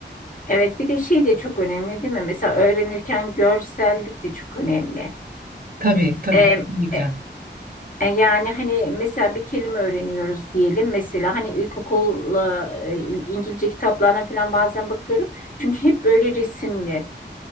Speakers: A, on the left; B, on the right.
A: Evet, bir de şey de çok önemli değil mi? Mesela öğrenirken görsellik de çok önemli.
B: Tabii, tabii
A: Ee,
B: kesinlikle.
A: e- e, yani hani mesela bir kelime öğreniyoruz diyelim. Mesela hani ilkokulla e, İngilizce kitaplarına falan bazen bakıyorum. Çünkü hep böyle resimli.